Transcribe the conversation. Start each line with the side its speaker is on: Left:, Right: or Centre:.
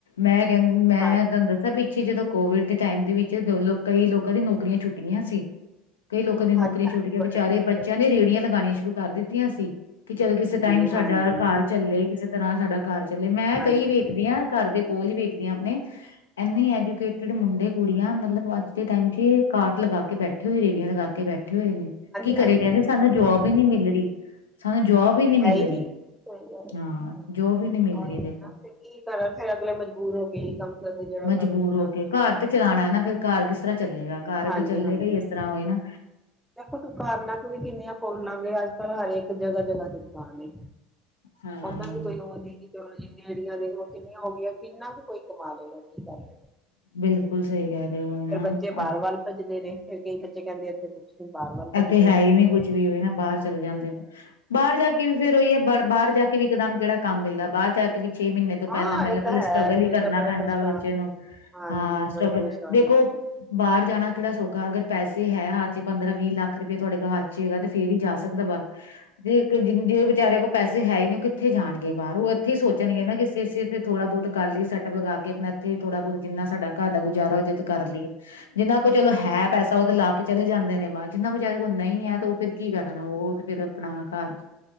Left: ਮੈਂ ਕਹਿੰਨੀ ਮੈਂ
Centre: ਹਾਂ
Left: ਤੁਹਾਨੂੰ ਦੱਸਿਆ ਵੀ। ਪਿੱਛੇ ਜਦੋਂ ਕੋਵਿਡ ਦੇ ਟਾਈਮ ਦੇ ਵਿੱਚ ਕਈ ਲੋਕਾਂ ਦੀ ਨੌਕਰੀਆਂ ਛੁੱਟ ਗਈਆਂ ਸੀ। ਕਈ ਲੋਕਾਂ ਦੀ ਨੌਕਰੀਆਂ
Centre: ਹਾਂਜੀ
Left: ਛੁਟੀਆਂ ਵਿਚਾਰੇ ਬੱਚਿਆਂ ਨੇ ਰੇਹੜੀਆਂ ਲਗਾਉਣੀਆਂ ਸ਼ੁਰੂ ਕਰ ਦਿੱਤੀਆਂ ਸੀ। ਕਿ ਚੱਲ, ਕਿਸੇ ਟਾਈਮ
Centre: ਹਾਂਜੀ
Left: ਸਾਡਾ
Centre: ਹਾਂਜੀ
Left: ਘਰ ਚੱਲੇ ਕਿਸੇ ਤਰ ਸਾਡਾ ਘਰ ਚੱਲੇ ਮੈਂ
Centre: ਹਾਂਜੀ
Left: ਕਈ ਵੇਖਦੀ
Centre: ਹਾਂਜੀ
Left: ਹਾਂ। ਘਰ
Centre: ਹਾਂਜੀ
Left: ਦੇ ਕੋਲ ਹੀ ਵੇਖਦੀ ਆਂ ਆਪਣੇ। ਇੰਨੀ ਐਜੂਕੇਟਡ ਮੁੰਡੇ ਕੁੜੀਆਂ ਮਤਲਬ ਅੱਜ ਦੇ ਟਾਈਮ ਚ ਕਾਰਟ ਲਗਾ ਕੇ ਬੈਠੇ। ਬੈਠੇ ਹੋਏ ਰੇਹੜੀਆਂ ਲਗਾ ਕੇ ਬੈਠੇ ਹੋਏ ਨੇ ਕੀ ਕਰੇ
Centre: ਹਾਂਜੀ
Left: ਕਹਿੰਦੇ
Centre: ਹਾਂਜੀ
Left: ਸਾਨੂੰ ਜੋਬ
Centre: ਹਾਂਜੀ
Left: ਹੀ ਨਹੀਂ ਮਿਲ ਰਹੀ। ਸਾਨੂੰ ਜੋਬ ਹੀ ਨਹੀਂ ਮਿਲ
Centre: ਹੈ ਨੀ
Left: ਰਹੀ
Centre: ਸਹੀ ਗੱਲ ਹੈ।
Left: ਹਾਂ, ਜੋਬ ਹੀ ਨਹੀਂ ਮਿਲ
Centre: ਉਹੀ
Left: ਰਹੀ ਵੇਖੋ।
Centre: ਹੈ ਨਾ ਫਿਰ ਕੀ ਕਰਨ ਫਿਰ ਅਗਲੇ ਮਜਬੂਰ ਹੋ ਕੇ ਹੀ ਕੰਮ ਕਰਦੇ ਜਿਹੜਾ
Left: ਮਜਬੂਰ
Centre: ਕੰਮ ਮਿਲਣਾ
Left: ਹੋ
Centre: ਅਗਲੇ
Left: ਕੇ
Centre: ਨੂੰ
Left: ਘਰ ਤੇ ਚਲਾਉਣਾ ਹੈ ਨਾ ਫਿਰ ਘਰ ਕਿਸ ਤਰ੍ਹਾਂ ਚੱਲੇਗਾ। ਘਰ
Centre: ਹਾਂਜੀ
Left: ਚੱਲੇਗਾ
Centre: ਹਾਂਜੀ
Left: ਹੀ ਇਸ ਤਰ੍ਹਾਂ ਉਹੀ ਨਾ।
Centre: ਦੇਖੋ ਦੁਕਾਨਾਂ ਤੁਸੀ ਕਿੰਨੀਆਂ ਖੋਲ ਲਵਾਂਗੇ ਅੱਜ ਕੱਲ ਹਰ ਇਕ ਜਗ੍ਹਾ ਜਗ੍ਹਾ ਤੇ ਦੁਕਾਨ ਏ।
Left: ਹਾਂ
Centre: ਆਉਂਦਾ ਵੀ ਕੋਈ ਹੋਰ ਨਹੀਂ। ਚੀਜ਼ਾਂ ਜਿਹੜੀਆਂ <inaudible> ਦੇਖੋ ਕਿੰਨੀਆਂ ਹੋ ਗਈਆਂ ਕਿੰਨਾ ਕੁ ਕੋਈ ਕਮਾ ਲਏਗਾ ਕੀ ਕਰ
Left: ਬਿਲਕੁਲ। ਬਿਲਕੁਲ, ਸਹੀ ਕਿਹਾ ਰਹੇ ਹੋ। ਨਾ
Centre: ਫੇਰ ਬੱਚੇ ਬਾਹਰ ਵੱਲ ਭੱਜਦੇ ਨੇ। ਫੇਰ ਕਈ ਬੱਚੇ ਕਹਿੰਦੇ ਇੱਥੇ ਕੁਛ ਨਹੀਂ ਬਾਹਰ ਵੱਲ ਭੱਜਦੇ
Left: ਇੱਥੇ ਹੈ
Centre: ਨੇ
Left: ਹੀ ਨੀ
Centre: ਹੋਰ।
Left: ਕੁੱਝ ਵੀ ਹੋਏ ਨਾ ਬਾਹਰ ਚਲੇ ਜਾਂਦੇ ਨੇ ਬਾਹਰ ਜਾ ਕੇ ਵੀ ਫੇਰ ਉਹੀ ਹੈ ਬ ਬਾਹਰ ਜਾ ਕੇ ਵੀ ਇੱਕਦਮ ਕਿਹੜਾ ਕੰਮ ਮਿਲਦਾ ਹੈ। ਬਾਹਰ ਜਾ ਕੇ ਵੀ ਛੇ ਮਹੀਨੇ। ਤੋਂ
Centre: ਹਾਂ
Left: ਪਹਿਲਾਂ ਮਤਲਬ
Centre: ਇਹ ਤਾਂ
Left: ਪਹਿਲਾਂ
Centre: ਹੈ
Left: ਸਟਰਗਲ
Centre: ਕਈ
Left: ਹੀ ਕਰਨਾ
Centre: ਤਾਂ ਬੜੇ
Left: ਪੈਂਦਾ
Centre: ਪਰੇਸ਼ਾਨ
Left: ਬੱਚੇ
Centre: ਹੁੰਦੇ
Left: ਨੂੰ
Centre: ਨੇ ਹਾਂਜੀ
Left: ਹਾਂ ਸਟਰਗਲ
Centre: ਬੜੇ ਪਰੇਸ਼ਾਨ
Left: ਦੇਖੋ।
Centre: ਹੁੰਦੇ ਪਏ ਨੇ
Left: ਬਾਹਰ ਜਾਣਾ ਕਿਹੜਾ ਸੌਖਾ ਅਗਰ ਪੈਸੇ। ਜੇ ਹੈ ਹੱਥ 'ਚ ਪੰਦਰਾਂ ਵੀਹ ਲੱਖ ਰੁਪਇਆ ਤੁਹਾਡੇ ਕੋਲ ਹੱਥ 'ਚ ਹੈਗਾ ਤੇ ਫੇਰ ਹੀ ਜਾ ਸਕਦਾ ਬਾਹਰ। ਤੇ ਇੱਕ ਜਿਦੇ ਜਿਹੜੇ ਵਿਚਾਰੇ ਕੋਲ ਪੈਸੇ ਹੈ ਹੀ ਨਹੀਂ ਉਹ ਕਿੱਥੇ ਜਾਣਗੇ ਬਾਹਰ ਉਹ ਇੱਥੇ ਹੀ ਸੋਚਣਗੇ ਨਾ ਕਿ ਅਸੀਂ। ਤੇ ਥੋੜਾ ਬਹੁਤ ਕਰ ਲਈਏ ਸੈੱਟੱਪ ਲਗਾ ਕੇ ਆਪਣਾ ਇੱਥੇ ਥੋੜਾ ਬਹੁਤ ਜਿੰਨਾ ਸਾਡਾ ਘਰ ਦਾ ਗੁਜ਼ਾਰਾ ਹੋ ਜਾਏ ਤਾਂ ਕਰ ਲਈਏ। ਜਿੰਨਾ ਕੋਲ਼ ਚਲੋ ਹੈ ਪੈਸਾ ਉਹ ਤੇ ਲਾ। ਕੇ ਚਲੇ ਜਾਂਦੇ ਨੇ ਬਾਹਰ ਜਿੰਨਾ ਵਿਚਾਰੇ ਕੋਲ ਨਹੀਂ ਹੈ ਤੇ ਉਹ ਫਿਰ ਕੀ ਕਰਨਾ ਉਹ ਤੇ ਫੇਰ ਆਪਣਾ ਘਰ।